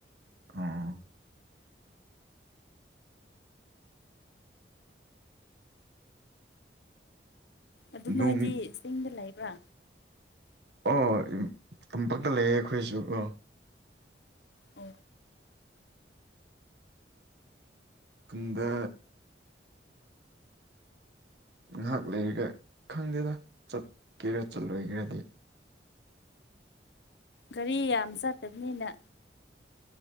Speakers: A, on the right; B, on the left.
A: ꯑ
B: ꯑꯗꯨ
A: ꯅꯣꯡ
B: ꯅꯣꯏꯗꯤ ꯆꯤꯡꯗ ꯂꯩꯕ꯭ꯔꯥ
A: ꯑꯣ ꯇꯝꯄꯛꯇ ꯂꯩꯌꯦ ꯑꯩꯈꯣꯏꯁꯨ ꯑꯣ
B: ꯑ
A: ꯀꯟꯗ ꯉꯥꯏꯍꯥꯛ ꯂꯩꯔꯒ ꯈꯪꯗꯦꯗ ꯆꯠꯀꯦꯔ ꯆꯠꯂꯣꯏꯒꯦꯔꯗꯤ
B: ꯒꯥꯔꯤ ꯌꯥꯝ ꯆꯠꯇꯕꯅꯤꯅ